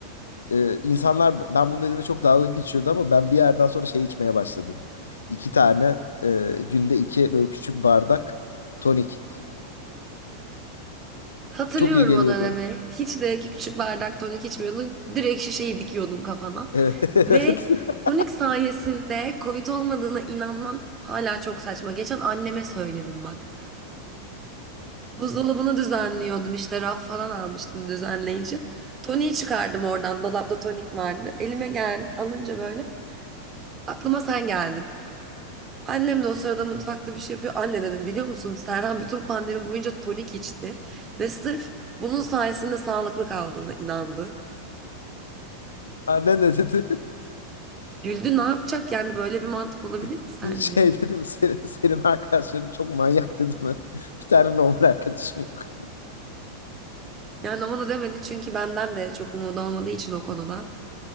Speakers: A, on the left; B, on the right.
A: e, insanlar ben bunu dediğimde çok dalga geçiyordu ama ben bir yerden sonra şey içmeye başladım. İki tane e, günde iki böyle küçük bardak tonik.
B: Hatırlıyorum
A: Çok iyi geliyordu.
B: o dönemi. Hiç de ki küçük bardak tonik içmiyordun. Direkt şişeyi dikiyordun kafana.
A: Evet.
B: Ve
A: <laughs>
B: tonik sayesinde Covid olmadığına inanman hala çok saçma. Geçen anneme söyledim bak. Buzdolabını düzenliyordum işte raf falan almıştım düzenleyici. Toniği çıkardım oradan dolapta tonik vardı. Elime gel alınca böyle aklıma sen geldin. Annem de o sırada mutfakta bir şey yapıyor. Anne dedim biliyor musun Serhan bütün pandemi boyunca tonik içti ve sırf bunun sayesinde sağlıklı kaldığına inandı.
A: Annen ne dedi?
B: Güldü ne yapacak yani böyle bir mantık olabilir mi
A: <laughs>
B: sence?
A: Şey dedi mi senin, senin arkadaşların çok manyak dedi mi? <laughs> Bir tane normal arkadaşım yok.
B: Yani ona da demedi çünkü benden de çok umudu olmadığı için o konuda.